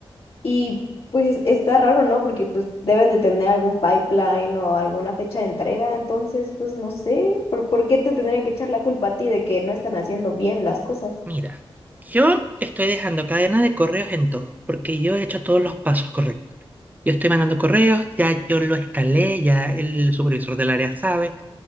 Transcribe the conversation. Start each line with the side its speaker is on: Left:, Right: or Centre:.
Left: Y pues está raro, ¿no? Porque pues deben de tener algún pipeline o alguna fecha de entrega, entonces pues no sé, ¿por, por qué te tendrían que echar la culpa a ti de que no están haciendo bien las cosas?
Right: Mira, yo estoy dejando cadena de correos en todo, porque yo he hecho todos los pasos correctos. Yo estoy mandando correos, ya yo lo escalé, ya el supervisor del área sabe.